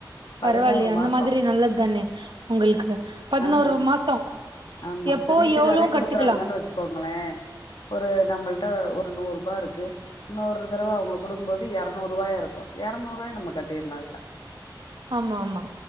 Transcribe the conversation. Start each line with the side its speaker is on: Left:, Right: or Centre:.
Right: பரவாயில்யே
Left: பதினோரு
Right: அந்த
Left: மாசோ
Right: மாதிரி நல்லதானே உங்களுக்கு பதினோரு
Left: ஆமா
Right: மாசோ
Left: ஆமா
Right: எப்போ
Left: இப்ப வீட்டுக்காரே
Right: எவ்ளோவு
Left: குடுக்குறாங்கன்
Right: கட்டுக்கலா
Left: வச்சுக்கோங்குளே ஒரு நம்மள்ட்ட ஒரு நூருபா இருக்கு இன்னொரு தடவ அவுங்க குடுக்கும்போது எரநூறுவாயா இருக்கு ய எர்நூர்வாயா நம்ம கட்டிர்லா அதுல
Right: ஆமா ஆமா